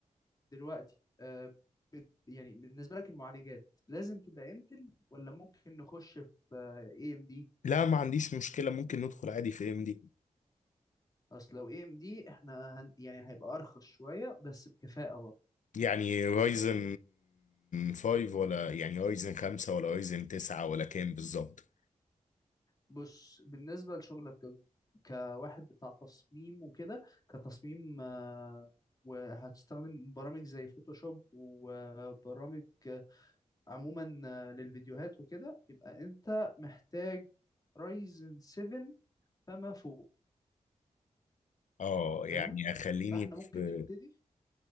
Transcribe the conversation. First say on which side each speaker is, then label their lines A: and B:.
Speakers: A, on the left (about 30°); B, on the left (about 75°).
A: دلوقتي آه، بت يعني بالنسبة لك المعالجات لازم تبقى انتل ولا ممكن نخش في اي ام دي
B: لا ما عنديش مشكلة ممكن ندخل عادي في ام دي
A: اصل لو اي ام دي احنا هن يعني هيبقى ارخص شوية بس بكفاءة برضه
B: يعني رايزن 5 ولا يعني رايزن 5 ولا رايزن 9 ولا كام بالظبط
A: بص بالنسبة لشغلك ك- كواحد بتاع تصميم وكده كتصميم آه، وهتستخدم برامج زي فوتوشوب وبرامج آه، عموما آه، للفيديوهات وكده يبقى انت محتاج رايزن 7 فما فوق
B: اه
A: فاهم
B: يعني اخليني
A: فاحنا
B: في
A: ممكن نبتدي